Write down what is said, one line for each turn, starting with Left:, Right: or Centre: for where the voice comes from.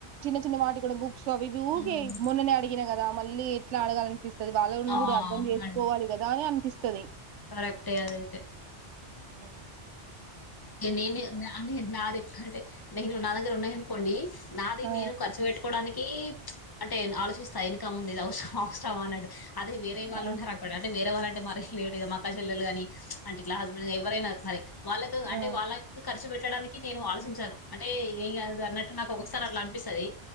Right: చిన్న చిన్న వాటి కూడా బుక్స్ అవి ఇ ఊక
Left: ఉమ్,
Right: మొన్ననే అడిగినయి కదా మళ్ళీ ఎట్లా అడగాలని అనిపిస్తది వాళ్ళని
Left: ఆ
Right: కూడా అర్థం
Left: అవునండి
Right: చేసుకోవాలి కదా అని అనిపిస్తది
Left: కరెక్టే అదైతే
Right: ఊ
Left: ఇగ నేను అదే నాది ఎట్లా అంటే నేను నా దగ్గర ఉన్నాయ అనుకోండి నాది
Right: ఆ
Left: నేను ఖర్చు పెట్టుకోడానికి కి ప్చ్ అంటే ఆలోచిస్తా ఇనక ముందు ఇది అవసరం అవసరం అన్నట్టు అదే వెరే వాళ్ళుంన్నారానుకోండి
Right: ఆ
Left: అక్కడ అంటేరే వాళ్ళంటే మరలు లేే కద మక్క చెల్లలు కానీ అంటే ఇట్లా హస్బెండ్ ఎవరైనా సరే వాళ్ళకు అంటే
Right: ఆ
Left: వాళ్ళక్ ఖర్చు పెట్టడానికి నేను ఆలోచించాను అంటే ఏం గాదు అన్నట్టు నాకు ఒకసారి అట్లా అనిపిస్తది